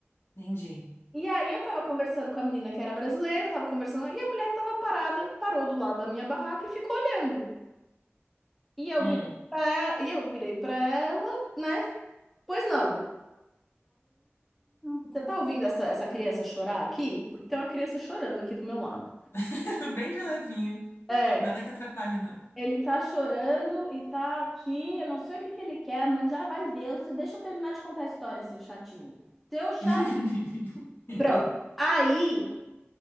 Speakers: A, on the left; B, in the centre.
A: Entendi.
B: E aí eu tava conversando com a menina que era brasileira, tava conversando, e a mulher tava parada, parou do lado da minha barraca e ficou olhando. E eu
A: Hum.
B: virei pra, e eu virei pra ela, né? Pois não. Você tá ouvindo essa, essa criança chorar aqui? Porque tem uma criança chorando aqui do meu lado.
A: <laughs> Bem de levinho.
B: É,
A: Nada que atrapalhe, não.
B: ele tá chorando e tá aqui, eu não sei o que que ele quer, a mãe já vai ver. Você deixa eu terminar de contar a história, seu chatinho. Seu chato.
A: <laughs>
B: Pronto. Aí